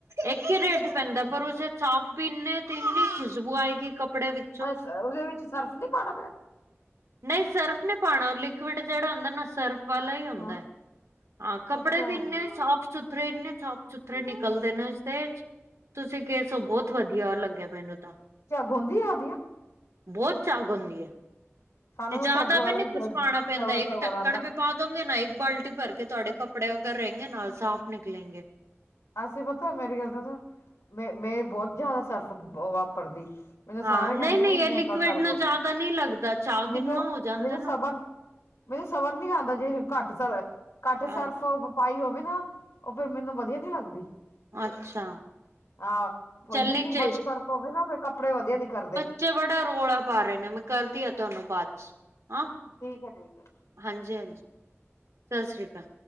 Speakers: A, on the right (about 85°); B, on the left (about 85°).
A: ਇੱਕ ਹੀ ਰੇਟ ਪੈਂਦਾ
B: ਹਾਂ
A: ਪਰ ਉ ਸਾਫ਼ ਵੀ ਇਨੇ ਤੇ ਇੰਨੀ ਖੁਸ਼ਬੂ ਆਏਗੀ ਕੱਪੜੇ ਵਿੱ
B: ਅਸ ਉਦੇ ਵਿੱਚ ਸ਼ਰਫ਼ ਨੀ ਪਾਣਾ ਪਿਆ?
A: ਨਈ ਸਰਫ ਨੀਂ ਪਾਣਾ ਲਿਕਿਊਡ ਜੇੜਾ ਹੁੰਦਾ ਨਾ ਸਰਫ ਵਾਲਾ ਈ ਹੁੰਦੈ
B: ਹਾਂ
A: ਹਾਂ ਕੱਪੜੇ
B: ਅੱਛਾ
A: ਵੀ ਇੰਨੇ ਸਾਫ਼ ਸੁ ਥਰੇ ਇੰਨੇ ਸਾਫ਼-ਸੁਥਰੇ ਨਿਕਲਦੇ ਨੇ ਉਸਦੇ <inaudible> ਤੁਸੀਂ ਕਿਸ ਸੋ
B: ਅੱਛਾ
A: ਬੋਤ ਵਧੀਆ
B: ਅੱਛਾ
A: ਲੱਗਿਆ ਮੈਨੂੰ ਤਾਂ
B: ਝੱਗ ਹੁੰਦੀ ਆ ਉਹਦੀਆਂ
A: ਬੋਤ ਝੱਗ ਹੁੰਦੀ ਐ।
B: ਸਾਨੂੰ
A: ਤੇ ਜਾਦਾ
B: ਤਾਂ ਝੱਗ ਵਾਲਾ
A: ਵੀ ਨੀ
B: ਹੀ
A: ਕੁਛ ਪਾਣਾ
B: ਸਬਰ
A: ਪੈਂਦਾ
B: ਸਬਰ
A: ਇਕ ਢੱਕਣ
B: ਆਉਂਦਾ
A: ਵੀ ਪਾ ਦੋਗੇ ਨਾ ਇੱਕ ਬਾਲਟੀ ਭਰ ਕੇ ਤੁਹਾਡੇ ਕੱਪੜੇ ਅਗਰ ਰਏਂਗੇ ਨਾ ਸਾਫ਼ ਨਿਕਲੇਗੇ।
B: ਅਸੀਂ ਪਤਾ ਮੇਰੀ ਗੱਲ ਤਾਂ ਸੁਣ ਮੈਂ ਮੈਂ ਬੋਤ ਜਾਦਾ ਸਰਫ਼ ਵਾਪਰਦੀ। ਮੈਨੂੰ
A: ਹਾਂ
B: ਸਾਰੇ
A: ਨਹੀਂ
B: ਕੈਂਦੇ-ਕੈਂਦੇ
A: ਨਹੀਂ ਇਹ ਲਿਕਵਿਡ
B: ਇਨਾ ਸ਼ਰਫ਼
A: ਨੂੰ ਜ਼ਿਆਦਾ ਨਹੀਂ ਲੱਗਦਾ ਝੱਗ
B: ਮੇਨੂੰ-ਮੇਨੂੰ
A: ਇੰਨਾ ਹੋ ਜਾਂਦਾ ਨਾ
B: ਸਬ ਮੈਨੂੰ ਸਬਰ ਨੀ ਆਂਦਾ ਜੇ ਘੱਟ ਸਰ ਘੱਟ
A: ਹਾਂ
B: ਸ਼ਰਫ਼ ਪਾਈ ਹੋਵੇ ਨਾ ਓ ਫੇਰ ਮੈਨੂੰ ਵਧੀਆ ਨੀ ਲੱਗਦੀ।
A: ਅੱਛਾ
B: ਆ
A: ਚੱਲੀ
B: ਜਿੰਨੀ
A: ਚ
B: ਵੱਧ ਸ਼ਰਫ਼ ਹੋਵੇ ਨਾ ਫਿਰ ਕੱਪੜੇ ਵਧੀਆ ਨਿਖਰਦੇ
A: ਚੇ ਬੜਾ ਰੌਲਾ ਪਾ ਰੇ ਨੇ ਮੈਂ ਕਰਦੀ ਆ ਤੁਹਾਨੂੰ ਬਾਦ ਚ ਹਾਂ
B: ਠੀਕ ਐ ਠੀਕ ਐ।
A: ਹਾਂਜੀ-ਹਾਂਜੀ ਸਸ ਸ੍ਰੀ ਕਾਲ।